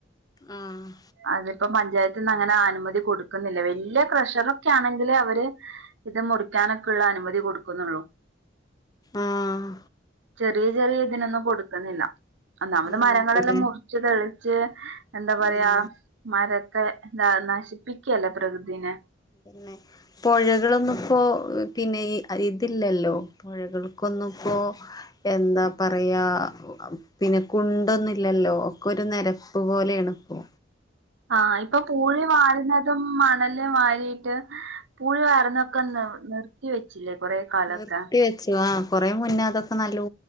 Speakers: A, on the left; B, on the right.
A: ആഹ്
B: അതിപ്പോ പഞ്ചായത്തിന്ന് അങ്ങനെ അനുമതി കൊടുക്കുന്നില്ല വല്യ പ്രഷറ് ചാണെങ്കില് അവര് ഇത് മുറിക്കാനൊക്കെള്ള അനുമതി കൊടുക്ക്ണാള്ളൂ
A: ആഹ്
B: ചെറിയ ചെറിയ ഇതിനൊന്നും കൊടുക്കുന്നില്ല ഒന്നാമത്
A: അങ്ങനെയുണ്ടല്ലേ
B: മരങ്ങളെല്ലാം മുറിച്ച് തെളിച്ച് എന്താ പറയാ
A: ഉം
B: മരൊക്കെ എന്താ നശിപ്പിക്കല്ലേ പ്രകൃതിനെ
A: തന്നെ പൊഴകളൊന്നുപ്പോ പിന്നെ ഈ ഇതില്ലല്ലോ പുഴകൾക്കൊന്നും പ്പോ എന്താ പറയാ പിന്നെ കുണ്ടൊന്നുല്ലല്ലോ ഒക്കെ ഒരു നെരപ്പ് പോലെണ്പ്പോ
B: ആഹ് ഇപ്പൊ പൂള് വാൽ പ്പം മണല് വരീട്ട് പുഴി വര്ണൊക്കെ നി നിർത്തി വെച്ചില്ലേ കൊറെ കാലൊക്കെ
A: നിർത്തി വെച്ച് ആഹ് കൊറെ മുന്നേ അതൊക്കെ നല്ലോ